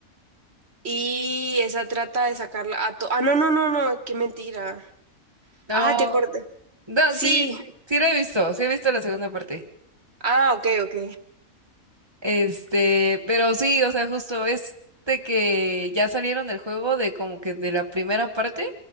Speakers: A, on the right (about 45°); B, on the right (about 20°).
A: y esa trata de sacarla a to- Ah, no, no, no, no, qué mentira.
B: No,
A: Ah, te acordé.
B: no,
A: Sí,
B: sí, sí, sí lo he visto, sí he visto la segunda parte.
A: ah, ok, ok.
B: Este, pero sí, o sea, justo es de que ya salieron del juego de como que de la primera parte